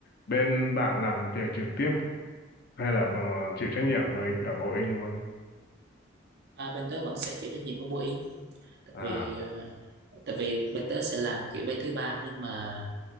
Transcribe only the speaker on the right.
à, bên tớ vẫn sẽ chịu trách nhiệm của Boeing tại
vì ờ, tại vì bên tớ sẽ làm kiểu bay thứ ba nhưng mà